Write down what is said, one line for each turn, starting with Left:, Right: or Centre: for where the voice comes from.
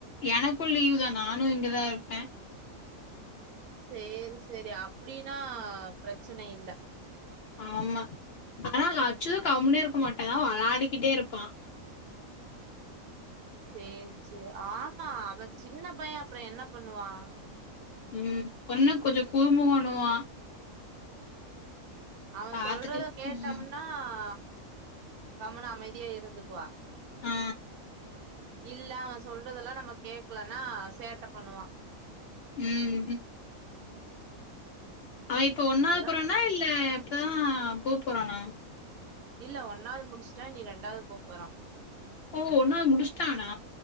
Left: எனக்கும் லீவு தான் நானும் இங்கதான் இருப்பேன்
Right: செரி செரி அ அப்படின்னா பிரச்சன இல்ல
Left: ஆமா ஆனா அச்சு கம்னே இருக்க மாட்டான் விளயாடிக்கிட்டே இருப்பான்
Right: செரி செரி ஆமா அவன் சின்ன பையன் அப்புறம் என்ன பண்ணுவான்
Left: உம் பொண்ணு கொஞ்சம் குரும்பு பண்ணுவான்
Right: அவன்
Left: பாத்துக்க
Right: சொல்றத கேட்டம்னா
Left: ம்
Right: ஆ கம்னு அமைதியா இருந்துக்குவா
Left: ஆ
Right: இல்ல அவ சொல்றதெல்லா நம்ம கேக்கலன்னா சேட்ட பண்ணுவா
Left: ம் அவ இப்ப ஒன்னாவது
Right: அதா
Left: போறானா இல்ல இப்பதா போ போறானா
Right: இல்ல ஒன்னாவது முடிச்ட்டா நீ ரெண்டாவது போ போறா
Left: ஓ ஒன்னாவது முடிச்சுட்டானா